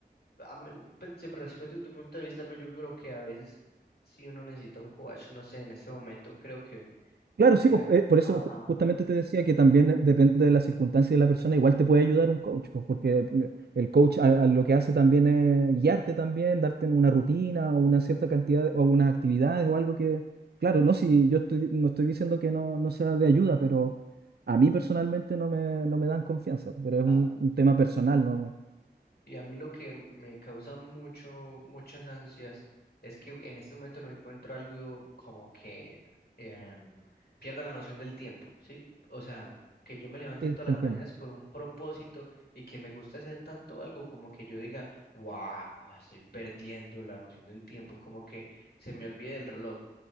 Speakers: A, on the left (about 65°); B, on the right (about 65°).
A: a mí, pues, se- respeto tu punto de vista, pero yo creo que a veces si uno necesita un coach, no sé, en este momento creo que
B: Claro,
A: me,
B: sí, pues, eh, por
A: ajá,
B: eso ju- justamente te decía que también eh, depende de la circunstancia de la persona, igual te puede ayudar un coach, pues, porque le- el coach a- a lo que hace también es guiarte también, darte una rutina o una cierta cantidad de- o unas actividades o algo que, claro, no, si yo estoy, no estoy diciendo que no, no sea de ayuda, pero a mí personalmente no me, no me dan confianza, pero es
A: am-
B: un, un tema
A: ujú.
B: personal, ¿no?
A: Y a mí lo que me causa mucho, muchas ansias es que en este momento no encuentro algo como que em, pierda la noción del tiempo, ¿sí? O sea, que yo me levante
B: Sí,
A: todas
B: te
A: las
B: entiendo.
A: mañanas con un propósito y que me gusta hacer tanto algo como que yo diga, wow, estoy perdiendo la noción del tiempo, como que se me olvide el reloj